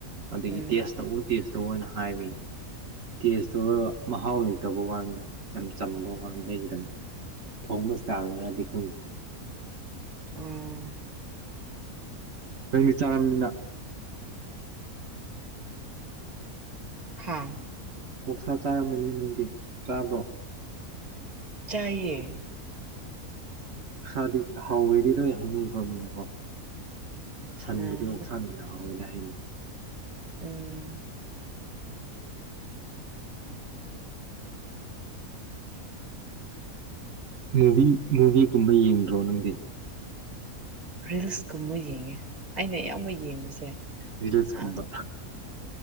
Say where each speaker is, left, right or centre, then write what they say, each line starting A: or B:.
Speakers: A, on the right; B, on the right.
A: ꯑꯗꯒꯤ
B: ꯎꯝ
A: ꯇꯦꯁ ꯇꯧꯕ ꯇꯦꯁ ꯇꯨ ꯑꯣꯏꯅ ꯍꯥꯏꯔꯤ ꯇꯦꯁꯇ ꯑꯣꯏ ꯃꯍꯥꯎ ꯂꯩꯇꯕ ꯀꯥꯟꯗ ꯌꯥꯝ ꯆꯝꯕ ꯀꯥꯟꯗ ꯑꯩꯒꯤꯗꯃꯛ ꯊꯣꯡꯕ ꯆꯥꯛꯅꯔꯗꯤ ꯈꯪꯗꯦ
B: ꯑꯥ
A: ꯅꯪꯗꯤ ꯆꯥꯔꯝꯅꯤꯅ
B: ꯍꯥꯥ
A: ꯑꫭꯛꯁꯥ ꯆꯥꯔꯝꯃꯅꯤ ꯅꯪꯗꯤ ꯆꯥꯕ꯭ꯔꯣ
B: ꯆꯥꯏꯌꯦ
A: ꯑꫭꯛꯁꯥꯥꯗꯤ ꯍꯥꯎꯋꯦꯗꯤ ꯂꯣꯏ ꯍꯥꯏꯅꯩꯀꯣ ꯃꯤꯅꯀꯣ ꯁꯟꯕꯨꯗꯤ
B: ꯑꯥ
A: ꯑꯣꯛꯁꯥꯅ ꯌꯦꯟꯅ ꯍꯧꯋꯦꯅ ꯍꯥꯏꯅꯩ
B: ꯎꯝ
A: ꯃꯨꯚꯤ ꯃꯨꯕꯤꯒꯨꯝꯕ ꯌꯦꯡꯗ꯭ꯔꯣ ꯅꯪꯗꯤ
B: ꯔꯤꯜꯁꯀꯨꯝꯕ ꯌꯦꯡꯉꯦ ꯑꯩꯅ ꯏꯌꯥꯝꯕ ꯌꯦꯡꯉꯤꯁꯦ
A: ꯔꯤꯜꯁꯀꯨꯝꯕ
B: ꯑ